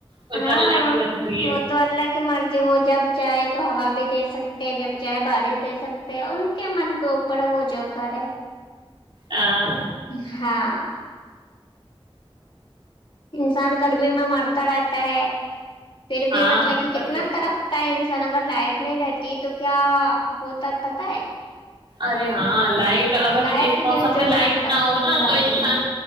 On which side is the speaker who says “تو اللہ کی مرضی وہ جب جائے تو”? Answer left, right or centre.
Left